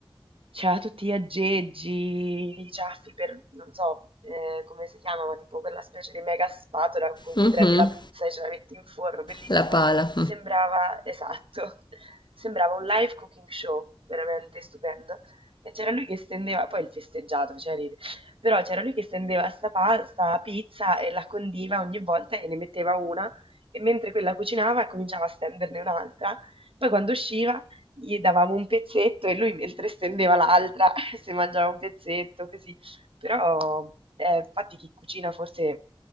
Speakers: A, on the right (about 70°); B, on the left (about 50°).
A: c'aveva tutti gli aggeggi, i ciaffi per, non so eh, come si chiama, ma tipo quella specie di mega spatola con cui
B: Mhm,
A: prendi la pizza e ce la metti in forno, bellissimo.
B: la pala.
A: Sembrava, esatto, <laughs> sembrava un live cooking show, veramente stupendo. E c'era lui che stendeva, poi il festeggiato faceva ridere, però c'era lui che stendeva sta pasta, pizza e la condiva ogni volta e ne metteva una e mentre quella cucinava cominciava a stenderne un'altra. Poi quando usciva gli davamo un pezzetto e lui mentre stendeva l'altra <laughs> si mangiava un pezzetto, così. Però eh, infatti chi cucina forse